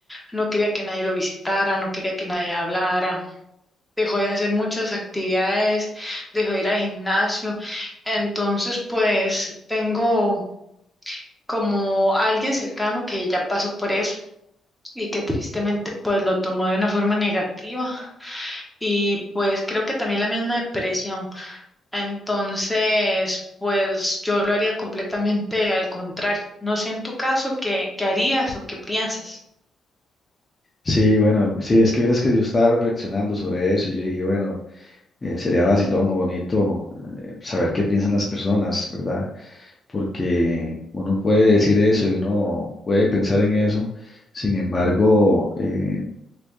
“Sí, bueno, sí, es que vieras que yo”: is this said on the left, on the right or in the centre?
Left